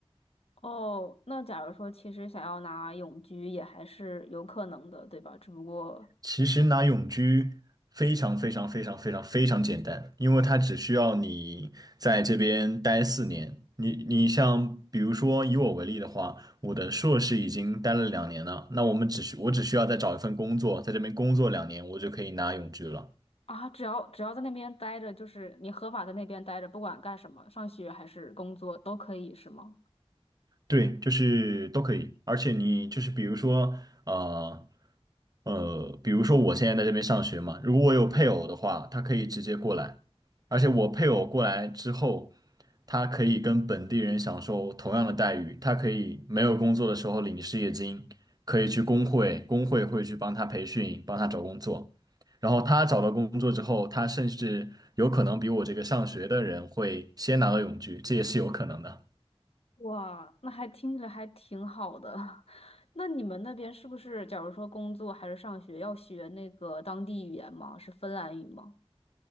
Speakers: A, on the left; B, on the right.
A: 哦，那假如说其实想要拿永居也还是有可能的，对吧？只不过
B: 其实拿永居非常非常非常非常非常简单，因为它只需要你在这边待四年。你你像比如说以我为例的话，我的硕士已经待了两年了，那我们只需我只需要再找一份工作，在这边工作两年，我就可以拿永居了。
A: 啊，只要只要在那边待着，就是你合法在那边待着，不管干什么，上学还是工作都可以，是吗？
B: 对，就是都可以，而且你就是比如说，呃，呃，比如说我现在在这边上学嘛，如果我有配偶的话，他可以直接过来，而且我配偶过来之后，他可以跟本地人享受同样的待遇，他可以没有工作的时候领失业金，可以去工会，工会会去帮他培训，帮他找工作，然后他找到工作之后，他甚至有可能比我这个上学的人会先拿到永居，这也是有可能的。
A: 哇，那还听着还挺好的。<laughs> 那你们那边是不是，假如说工作还是上学，要学那个当地语言吗？是芬兰语吗？